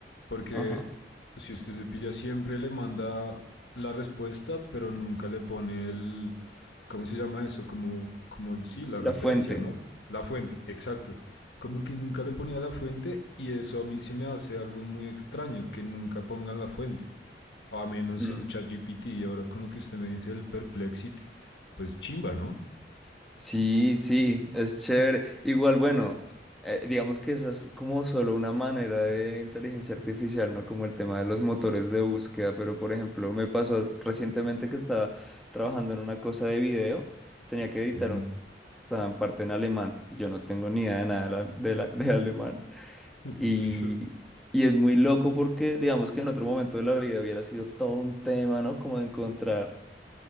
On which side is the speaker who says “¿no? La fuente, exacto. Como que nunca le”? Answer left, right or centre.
Left